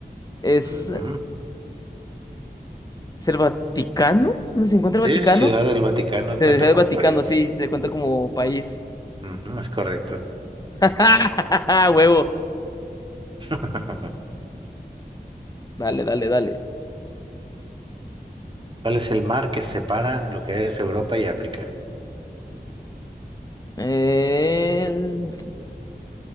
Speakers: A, on the left (about 20°); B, on the right (about 30°).
A: ¿Es,
B: Ujú.
A: es el Vaticano? ¿Dónde se encuentra el
B: Sí,
A: Vaticano?
B: Ciudad del Vaticano
A: Se
B: cuenta
A: dejó el
B: como
A: Vaticano,
B: país.
A: sí, se cuenta como país.
B: Ujú, es correcto.
A: <laughs> Huevo.
B: <laughs>
A: Dale, dale, dale.
B: ¿Cuál es el mar que separa lo que es Europa y África?
A: El-